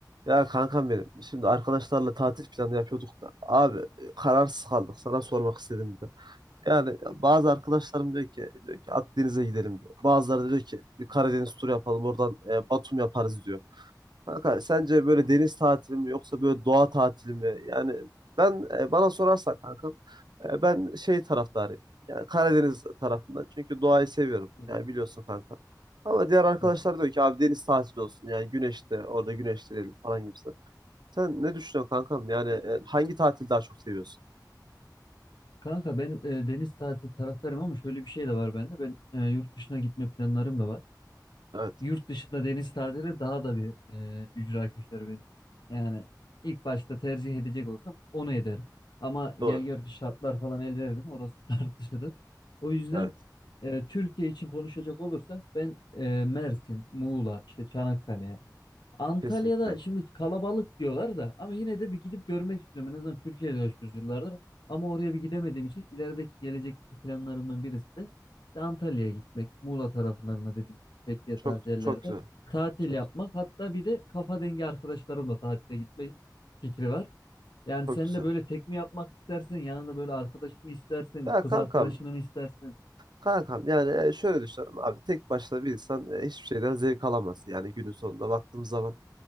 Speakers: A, on the right; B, on the left.
A: Ya kankam benim. Şimdi arkadaşlarla tatil planı yapıyorduk da. Abi e, kararsız kaldık. Sana sormak istedim bir de. Yani bazı arkadaşlarım diyor ki, diyor ki Akdeniz'e gidelim diyor. Bazıları da diyor ki bir Karadeniz turu yapalım. Oradan e, Batum yaparız diyor. Kanka sence böyle deniz tatili mi yoksa böyle doğa tatili mi? Yani ben e, bana sorarsan kankam e, ben şey taraftarıyım. Yani Karadeniz tarafından. Çünkü doğayı seviyorum.
B: Evet,
A: Yani biliyorsun kanka. Ama diğer arkadaşlar
B: evet.
A: diyor ki abi deniz tatili olsun. Yani güneşte orada güneşlenelim falan gibi. Sen ne düşünüyorsun kankam? Yani e, hangi tatili daha çok seviyorsun?
B: Kanka ben e, deniz tatili taraftarım ama şöyle bir şey de var bende. Ben e, yurt dışına gitme planlarım da var.
A: Evet,
B: Yurt dışında deniz tatili daha da bir e, ücra köşeleri benim. Yani ilk başta tercih edecek olsam onu ederim. Ama
A: doğru.
B: gel gör ki şartlar falan el veririm orası <laughs> tartışılır. O yüzden
A: Evet,
B: e, Türkiye için konuşacak olursa ben e, Mersin, Muğla, işte Çanakkale Antalya'da
A: kesinlikle.
B: şimdi kalabalık diyorlar da ama yine de bir gidip görmek istiyorum. En azından Türkiye'de yaşıyoruz yıllardır. Ama oraya bir gidemediğim için ilerideki gelecekteki planlarımdan birisi de işte Antalya'ya gitmek. Muğla taraflarına dediğim gibi Fethiye
A: Çok
B: tarzı yerlerde
A: çok güzel.
B: tatil
A: Çok
B: yapmak. Hatta bir de kafa dengi arkadaşlarımla tatile gitme fikri var. Yani
A: çok
B: sen
A: güzel.
B: de böyle tek mi yapmak istersin? Yanında böyle arkadaş mı istersin?
A: Ya
B: Kız
A: kankam,
B: arkadaşını mı istersin?
A: kankam yani e, şöyle düşünüyorum abi. Tek başına bir insan e, hiçbir şeyden zevk alamaz. Yani günün sonunda baktığımız zaman